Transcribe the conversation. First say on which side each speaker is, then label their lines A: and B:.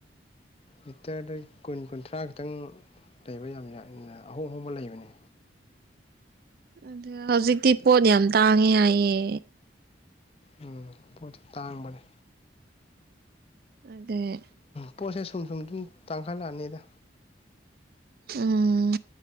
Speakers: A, on the left; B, on the right.
A: ꯃꯤꯇꯔꯗ ꯀꯨꯟ ꯀꯨꯟꯊ꯭ꯔꯥ ꯈꯤꯇꯪ ꯂꯩꯕ ꯌꯥꯝ ꯑꯍꯣꯡ ꯑꯍꯣꯡꯕ ꯂꯩꯕꯅꯦ
B: ꯑꯗ ꯍꯧꯖꯤꯛꯇꯤ ꯄꯣꯠ ꯌꯥꯝ ꯇꯥꯡꯉꯦ ꯍꯥꯏꯌꯦ
A: ꯎꯨꯝ ꯄꯣꯠꯇꯤ ꯇꯥꯡꯕꯅꯦ
B: ꯑꯗꯩ
A: ꯄꯣꯠꯁꯦ ꯁꯨꯝ ꯁꯨꯝ ꯁꯨꯝ ꯇꯥꯡꯈꯠꯂꯛꯑꯅꯤꯗ
B: ꯎꯝ